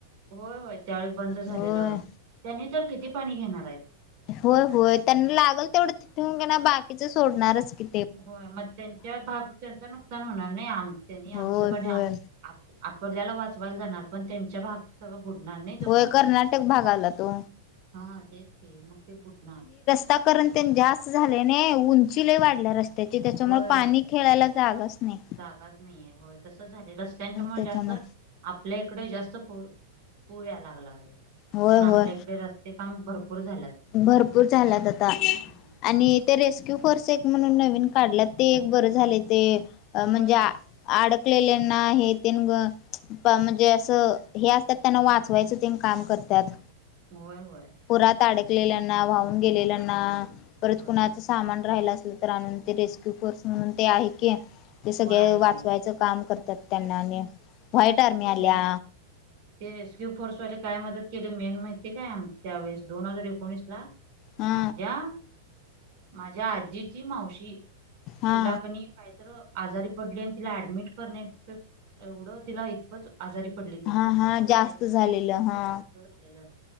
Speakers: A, on the right (about 50°); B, on the left (about 40°).
A: होय होय त्यावेळी बंद झालेलं
B: होय
A: त्यानी तर किती पाणी घेणार आहेत
B: हो होय त्यांना लागल तेवढं तिथून बाकीच सोडणारच की
A: हो मग त्यांच्या भाग त्यांच नुकसान होणार नाही आम त्यांनी
B: होय
A: आमचं पण
B: होय
A: आपल्याला वाचवायला जाणार पण त्यांच्या भाग सव बुडणार नाही तो
B: होय
A: पाण्यान
B: कर्नाटक भागाला तो
A: हा तेच के मग ते बुटणार
B: ता कारण ते जास्त झालेने उंचीले वाढल्या रस्ते त्याची त्याच्याममुळं
A: होय
B: पाणी खेळायला जागाच नाही
A: जागाच नाहीये होय तसच झाले रस्त्यांच्यामुळे
B: त्याच्याम
A: जास्त आपल्या इकडे जास्त पुऱ पुरया लागलाय
B: होय
A: कारण आपल्या
B: होय
A: इकडे जास ते काम भरपूर झाल्यात.
B: भरपूर झालात आता
A: हम्म, हम्म.
B: आणि ते रेस्क्यू फोर्स एक म्हणून नवीन काढला ते एक बरं झाले ते अ म्हणजे
A: होय
B: आ
A: होय
B: अडकलेल्याना हे तेन ग प म्हणजे असं हे असतात त्यांना वाचवायचं तेन काम करत्यात.
A: होय होय.
B: पुरात अडकलेल्यांना वाहून गेलेल्यांना
A: हा,
B: परत
A: होय
B: कुणाचस सामान राहिला असलं तर आणून ते रेस्क्यू फोर्स म्हणून ते आहे की ते सगळे
A: होय आहे
B: वाचवायचं
A: की
B: काम करतात त्यांना आणि व्हाईट आर्मी आल्या
A: त्यां ते रेस्क्यू फोर्सवाले काय मदत केले मेन माहिती काय आम त्यावेेळेस दोन हजार एकोणीस ला
B: हा
A: माझ्या माझ्या आजीची मावशी
B: हा
A: तिला कणी काहीतर आजारी पडली आणि तिला ऍडमिट करण्या एवढं तिला खूपच आजारी पडली तिला
B: हा हा जास्त
A: काहीतरी झालेलं
B: हा
A: जास्त झालेलं.